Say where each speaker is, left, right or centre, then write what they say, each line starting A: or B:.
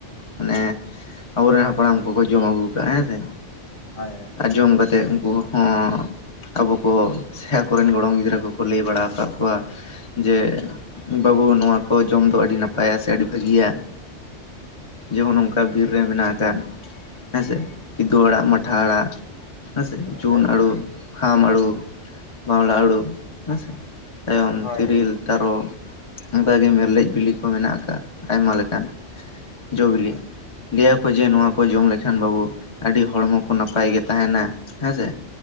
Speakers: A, on the left (about 30°); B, on the left (about 45°).
A: ᱢᱟᱱᱮ ᱟᱵᱚᱨᱮᱱ ᱦᱟᱯᱲᱟᱢ ᱠᱚᱠᱚ ᱡᱚᱢ ᱟᱹᱜᱩ ᱠᱟᱜᱼᱟ ᱦᱮᱸ ᱥᱮ।
B: ᱦᱳᱭ ᱦᱳᱭ।
A: ᱟ ᱡᱚᱢ ᱠᱟᱛᱮᱜ ᱩᱱᱠᱩ ᱦᱚᱸ ᱟᱵᱚ ᱠᱚ ᱥᱮ ᱟᱠᱚ ᱨᱮᱱ ᱜᱚᱲᱚᱢ ᱜᱤᱫᱽᱨᱟᱹ ᱠᱚᱠᱚ ᱞᱟᱹᱭ ᱵᱟᱲᱟ ᱠᱟᱜ ᱠᱚᱣᱟ ᱡᱮ ᱵᱟᱹᱵᱩ ᱱᱚᱣᱟ ᱠᱚ ᱡᱚᱢ ᱫᱚ ᱟᱹᱰᱤ ᱱᱟᱯᱟᱭᱟ ᱥᱮ ᱟᱹᱰᱤ ᱵᱷᱟᱹᱜᱤᱭᱟ। ᱡᱮᱢᱚᱱ ᱚᱱᱠᱟ ᱵᱤᱨ ᱨᱮ ᱢᱮᱱᱟᱜ ᱟᱠᱟᱫ᱾ ᱦᱮᱸ ᱥᱮ ᱠᱤᱫᱩ, ᱟᱲᱟᱜ ᱢᱟᱴᱷᱟ, ᱟᱲᱟᱜ ᱦᱮᱸ ᱥᱮ
B: ᱦᱳᱭ
A: ᱡᱩᱱ,
B: ᱦᱳᱭ
A: ᱟᱲᱩ ᱠᱷᱟᱢ ᱟᱲᱩ ᱵᱟᱣᱞᱟ ᱟᱲᱩ ᱦᱮᱸ ᱥᱮ ᱛᱟᱭᱚᱢ,
B: ᱦᱳᱭ
A: ᱛᱤᱨᱤᱞ, ᱛᱟᱨᱚᱵ, ᱚᱱᱠᱟᱜᱮ ᱢᱮᱨᱞᱮᱡ ᱵᱤᱞᱤ ᱠᱚ ᱢᱮᱱᱟᱜ ᱟᱠᱟᱫ ᱟᱭᱢᱟ ᱞᱮᱠᱟᱱ ᱡᱚᱼᱵᱤᱞᱤ᱾
B: ᱦᱳᱭ ᱦᱳᱭ
A: ᱞᱟᱹᱭᱟ ᱠᱚ ᱡᱮ ᱱᱚᱣᱟ ᱠᱚ ᱡᱚᱢ ᱞᱮᱠᱷᱟᱱ ᱵᱟᱹᱵᱩ ᱟᱹᱰᱤ ᱦᱚᱲᱢᱚ ᱠᱚ ᱱᱟᱯᱟᱭ ᱜᱮ ᱛᱟᱦᱮᱱᱟ ᱦᱮᱸᱥᱮ